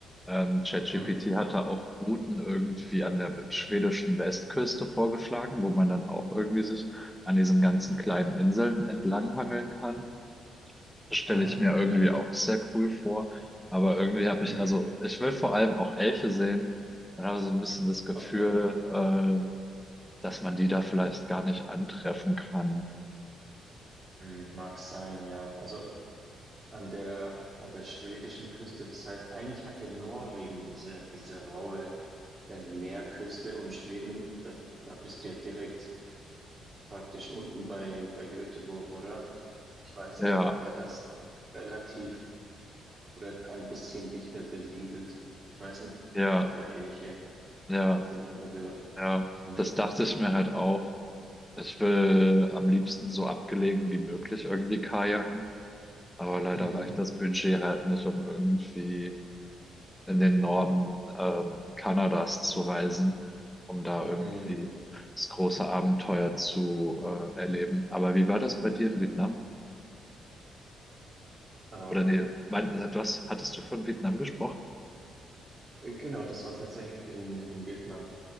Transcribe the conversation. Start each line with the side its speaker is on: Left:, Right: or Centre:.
Centre: ähm, ChatGPT
Right: Mhm.
Centre: hatte auch Routen irgendwie an der schwedischen Westküste vorgeschlagen, wo man dann auch irgendwie sich an diesen ganzen kleinen Inseln entlanghangeln kann. Das stelle
Right: Ah,
Centre: ich mir irgendwie
Right: ja.
Centre: auch sehr cool vor. Aber irgendwie habe
Right: Mhm.
Centre: ich, also ich will vor allem auch Elche sehen und habe so ein bisschen das Gefühl,
Right: Okay.
Centre: äh, dass man die da vielleicht gar nicht antreffen kann.
Right: Mhm. Mag sein, ja. Also an der, an der schwedischen Küste. Das heißt, eigentlich hat ja Norwegen diese, diese raue äh, Meerküste und Schweden, das, da bist du ja direkt praktisch unten bei, bei Göteborg, oder? Ich weiß
Centre: Ja,
Right: nicht, ob, weil das ist doch relativ oder ein bisschen dichter besiedelt. Ich weiß nicht,
Centre: ja,
Right: ob du da ähnliche
Centre: ja.
Right: finden wirst.
Centre: Ja,
Right: Mhm.
Centre: das dachte ich mir halt auch. Ich will am liebsten so abgelegen wie möglich irgendwie kajaken, aber leider
Right: Mhm.
Centre: reicht das Budget halt nicht, um irgendwie in den Norden ähm, Kanadas zu reisen, um da irgendwie
Right: Mhm.
Centre: das große Abenteuer zu äh, erleben. Aber wie war das bei dir in Vietnam?
Right: Ähm,
Centre: Oder nee, mein, du hattest du von Vietnam gesprochen?
Right: äh, genau, das war tatsächlich in, in Vietnam.